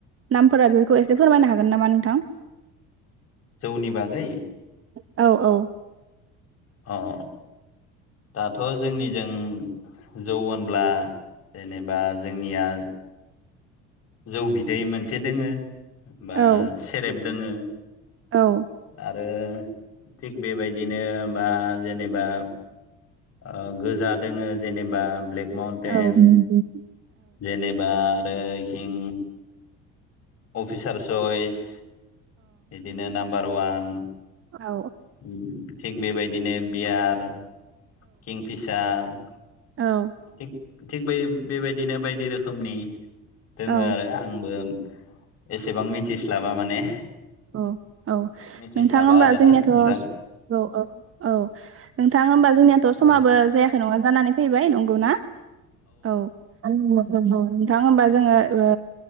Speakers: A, on the right (about 45°); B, on the left (about 50°).
A: नामफोरा बेफोरखौ एसे फोरमायनो हागोन नामा नोंथां
B: जौनि बागै
A: औ औ
B: अह दाथ' जोंनिजों जौ होनब्ला जेनेबा जोंनिया जौ बिदै मोनसे दोङो बा
A: औ
B: सेरेब दोङो
A: औ
B: आरो थिग बेबायदिनो बा जेनेबा ओ गोजा दोङो जेनेबा ब्लेक माउन्टेन
A: औ नंगौ
B: जेनेबा आरो हिं अफिसार सइस बिदिनो नाम्बार वान
A: औ औ
B: उम थिग बेबायदिनो बियार किंफिसार
A: औ
B: थिग थिग बे बेबायदिनो बायदि रोखोमनि दोङो
A: औ
B: आरो आंबो एसेबां मिथिस्लाबा माने
A: औ औ
B: मिथिस्लाबा
A: नोंथां होमबा
B: आरोना
A: जोंनियाथ'
B: नोंथां
A: औ औ औ नोंथां होमबा जों जोंयाथ'
B: औ
A: समाबो जायाखै नङा जानानै फैबाय नंगौना औ <unintelligible> नोंथां होमबा जोङो ओ